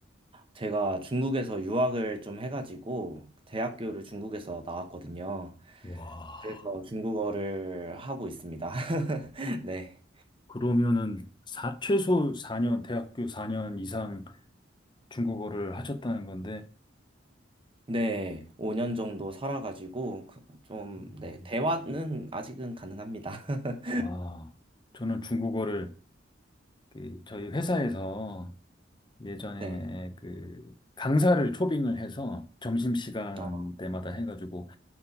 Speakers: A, on the right; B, on the left.
A: 제가 중국에서 유학을 좀 해가지고 대학교를 중국에서 나왔거든요.
B: 와,
A: 그래서 중국어를 하고 있습니다. <laughs> 네.
B: 그러면은 사- 최소 4년, 대학교 4년 이상 중국어를 하셨다는 건데,
A: 네, 5년 정도 살아가지고 그- 좀,
B: 음,
A: 네, 대화는 아직은 가능합니다. <laughs>
B: 와, 저는 중국어를 그 저희 회사에서 예전에
A: 네,
B: 그 강사를 초빙을 해서 점심시간
A: 어,
B: 때마다 해가지고